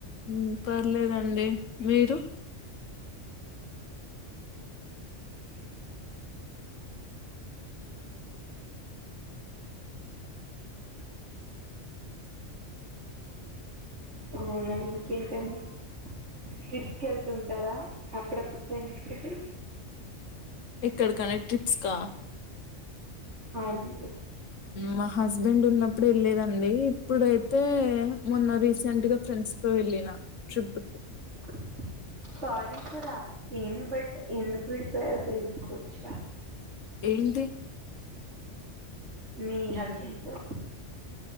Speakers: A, on the left; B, on the right.
A: ఉ పర్లెదండి మీరు
B: <unintelligible> <unintelligible> అవునా ఇంకేంటండి. ట్రిప్స్కెళ్తుంటారా అప్పుడప్పుడ్ ఫ్రెండ్స్తోటి
A: ఎక్కడికనే ట్రిప్స్కా
B: అవునండి.
A: మా హస్బెండ్ ఉన్నప్పుడు ఎళ్ళేదండి ఇప్పుడైతే మొన్న రీసెంట్గ ఫ్రెండ్స్తో ఎళ్ళిన ట్రిప్కి
B: <inaudible> సారీ ఫర్ ఆస్కింగ్ బట్ ఎందుకు విడ్పోయారో తెల్సుకోచ్చ
A: ఏంటి?
B: మీ హస్బండ్తో